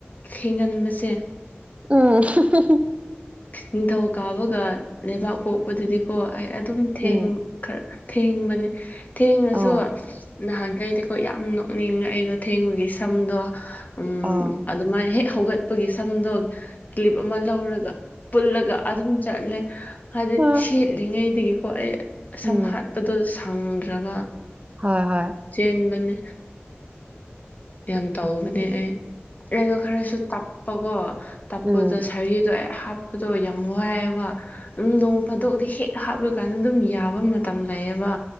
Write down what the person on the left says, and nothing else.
ꯊꯦꯡꯒꯟꯕꯁꯦ
ꯅꯤꯡꯊꯧꯀꯥꯕꯒ ꯂꯩꯕꯥꯛꯄꯣꯛꯄꯗꯗꯤ ꯀꯣ ꯑꯩ ꯑꯗꯨꯝ ꯊꯦꯡ
ꯈ꯭ꯔ ꯊꯦꯡꯕꯅꯦ ꯊꯦꯡꯔꯁꯨ
ꯅꯍꯥꯟꯒꯩꯗꯤ ꯍꯣꯏ ꯌꯥꯝ ꯅꯣꯛꯅꯤꯡꯉꯦ ꯑꯩꯗꯣ ꯊꯦꯡꯕꯒꯤ ꯁꯝꯗꯣ ꯎꯝ
ꯑꯗꯨꯃꯥꯏ ꯍꯦꯛ ꯍꯧꯒꯠꯄꯒꯤ ꯁꯝꯗꯣ ꯀ꯭ꯂꯤꯞ ꯑꯃ ꯂꯧꯔꯒ ꯄꯨꯜꯂꯒ ꯑꯗꯨꯝ ꯆꯠꯂꯦ ꯍꯥꯏꯗꯤ
ꯁꯦꯠꯂꯤꯉꯩꯗꯒꯤꯀꯣ ꯑꯩ ꯁꯝ
ꯍꯥꯠꯄꯗꯣ ꯁꯪꯗ꯭ꯔꯕ
ꯆꯦꯟꯕꯅꯦ ꯌꯥꯝ ꯇꯧꯕꯅꯦ ꯑꯩ ꯑꯩꯗꯣ ꯈꯔꯁꯨ ꯇꯞꯄꯀꯣ ꯇꯞꯄꯗꯣ
ꯁꯔꯤꯗꯣ ꯑꯩ ꯍꯥꯞꯄꯗꯣ ꯌꯥꯝ ꯋꯥꯏꯌꯦꯕ ꯎꯝ ꯅꯣꯡ ꯐꯥꯗꯣꯛꯗꯤ ꯍꯦꯛ ꯍꯥꯞꯔꯀꯥꯟꯗ ꯗꯨꯝ ꯌꯥꯕ ꯃꯇꯝ ꯂꯩꯌꯦꯕ